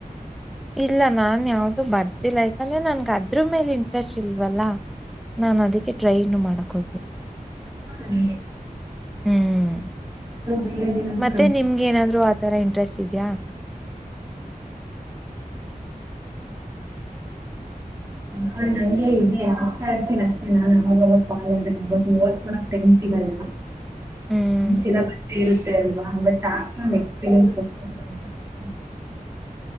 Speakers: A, in the centre; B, on the right (about 20°).
A: ಇಲ್ಲ ನಾನ್ ಯಾವ್ದು ಬರ್ದಿಲ್ಲ ಯಾಕಂದ್ರೆ ನಂಗ್ ಅದ್ ಅದ್ರ್ ಮೇಲೆ ಇಂಟ್ರೆಸ್ಟ್ ಇಲ್ವಲ್ಲ ನಾನು ಅದಕ್ಕೆ ಟ್ರೈನು ಮಾಡಕ್ ಹೋ <unintelligible>
B: ಹಂಗೆ
A: ಹ್ಮ್
B: ಬೇರೆದೇನಾದ್ರೂ
A: ಮತ್ತೆ ನಿಮ್ಗೆ ಏನಾದ್ರು ಆತರ ಇಂಟ್ರೆಸ್ಟ್ ಇದ್ಯಾ
B: ಹ ನಂಗೆ ಇದೆ ಆಗ್ತಾ ಇರ್ತೀನಿ ಅಷ್ಟೇ ನಾನ್ ಅವಾಗವಾಗ ಕಾಲ <unintelligible> ಅಬಿಟ್ಟು ಓದ್ಕಳಕ್ ಟೈಮ್ ಸಿಗಲ್ಲ
A: ಹ್ಮ್
B: ನಮ್ ಸಿಲ್ಲಬ ಇರುತ್ತೆ ಅಲ್ವಾ ಬಟ್ ಆಗ ನನ್ ಎಕ್ಸ್ಪೀರಿಯನ್ಸ್ಗೋಸ್ಕರ ಬರಿತ <unintelligible>